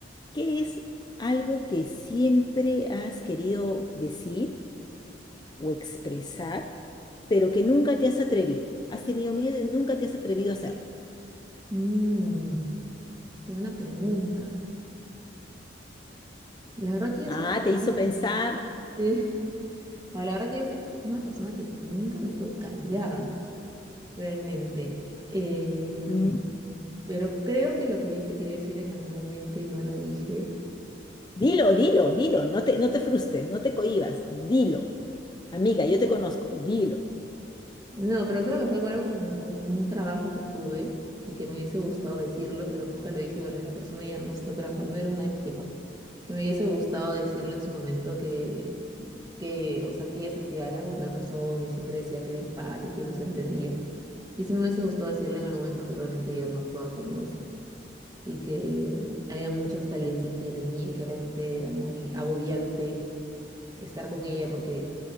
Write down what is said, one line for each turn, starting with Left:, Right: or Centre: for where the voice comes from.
Left: ¿qué es algo que siempre has querido decir o expresar, pero que nunca te has atrevido? Has tenido miedo y nunca te has atrevido a hacerlo.
Right: Mm, qué buena pregunta. La verdad que yo
Left: Ah,
Right: soy
Left: te
Right: una
Left: hizo
Right: persona que-
Left: pensar.
Right: sí. <laughs> Bueno, la verdad que yo soy una persona que nunca me quedo callada, realmente. Em,
Left: Mm,
Right: pero creo que lo que hubiese querido decir en algún momento y no lo dije
Left: Dilo, dilo, dilo. No te, no te frustres, no te cohibas. Dilo. Amiga, yo te conozco. Dilo.
Right: No, pero creo que fue algo con, con un trabajo que tuve y que me hubiese gustado decirlo, pero nunca lo dije. Bueno, la persona ya no está trabajando, era una ex jefa. Que me hubiese gustado decirle en su momento que, que, o sea, que ella se hacía la buena persona y siempre decía que era empática y no se entendía. Y sí me hubiese gustado decirle en algún momento que realmente ella no actuaba como decía y que mm, había muchas falencias que ella tenía y que realmente era muy agobiante estar con ella porque